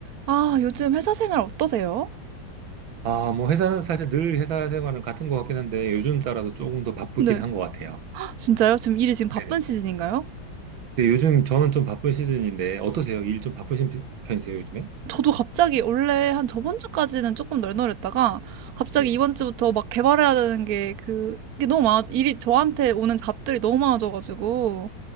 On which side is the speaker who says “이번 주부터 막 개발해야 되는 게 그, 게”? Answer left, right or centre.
Right